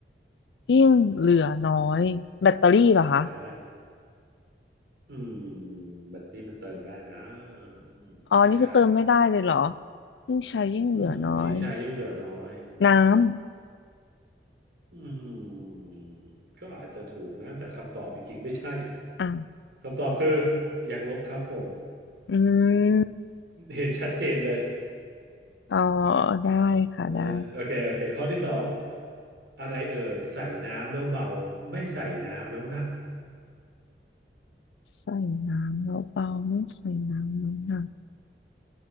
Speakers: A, on the left; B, on the right.
A: ยิ่งเหลือน้อยแบตเตอรี่เหรอคะ
B: อ่าฮะ อืมแบตเตอรี่มันเติมได้นะอืมไม่ใช่
A: อ๋อนี่คือเติมไม่ได้เลยเหรอยิ่งใช้ยิ่งเหลือน้อย
B: อืมยิ่งใช้ยิ่งเหลือน้อย
A: น้ำ
B: อืมก็อาจจะถูกนะแต่คำตอบจริงๆไม่ใช่
A: อ่ะ
B: คำตอบคือยังลบครับผม
A: อืม
B: เห็นชัดเจนเลย
A: อ๋อได้ค่ะได้
B: เออโอเคโอเคข้อที่สองอะไรเอ่ยใส่น้ำแล้วเบาไม่ใส่น้ำแล้วหนัก
A: ใส่น้ำแล้วเบาไม่ใส่น้ำแล้วหนัก